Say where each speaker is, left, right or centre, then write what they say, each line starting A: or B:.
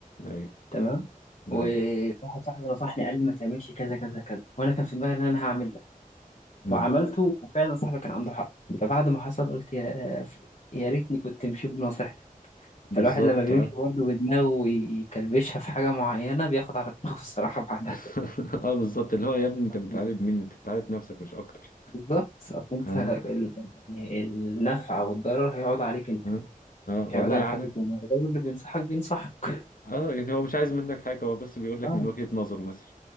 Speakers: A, on the left; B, on the left.
A: ايوه
B: تمام وواحد
A: ايوه
B: صاحبي نصحني قال لي ما تعملش كذا كذا كذا وانا كان في دماغي ان انا هعمل ده
A: مم.
B: وعملته وفعلا صاحبي كان عنده حق فبعد ما حصل قلت يا يا ريتني كنت مشيت بنصيحته
A: بالظبط
B: فالواحد لما بيمشي برضه بدماغه ويكلبشها في حاجه معينه بياخد على دماغه الصراحه بعدها
A: <laughs> اه بالظبط اللي هو يا ابني انت
B: <laughs>
A: بتعالج مين انت بتعالج نفسك مش اكتر
B: بالظبط اصل انت
A: ها
B: ال- يعني النفع والضرر هيقعد عليك انت.
A: ها ها والله
B: يعود على
A: عارف
B: حد تاني الراجل اللي بينصحك بينصحك <laughs>
A: اه يعني هو مش عايز منك حاجه هو بس بيقول لك
B: اه
A: من وجهه نظره مثلا